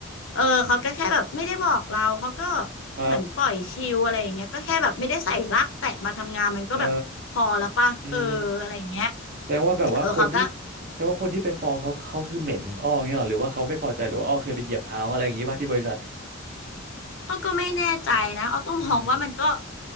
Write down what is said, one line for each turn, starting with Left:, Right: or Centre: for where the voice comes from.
Left: เออเขาก็แค่แบบไม่ได้บอกเราเขาก็
Right: ครับ
Left: เหมือนปล่อยชิลอะไรอย่างเงี้ยก็แค่แบบไม่ได้ใส่ลักแตะมาทำงานมันก็แบบพอแล้วป่ะเอออะไรอย่างเงี้ย
Right: เออแสดงว่าแบบว่าคนที่
Left: เออเขาก็
Right: แสดงว่าคนที่ไปฟ้องเขาเขาคือเหม็นอ้ออย่างเงี้ยเหรอหรือว่าเขาไม่พอใจหรือว่าอ้อเคยไปเหยียบเท้าเขาอะไรอย่างงี้ป่ะที่บริษัท
Left: อ้อก็ไม่แน่ใจนะอ้อก็มองว่ามันก็
Right: อืม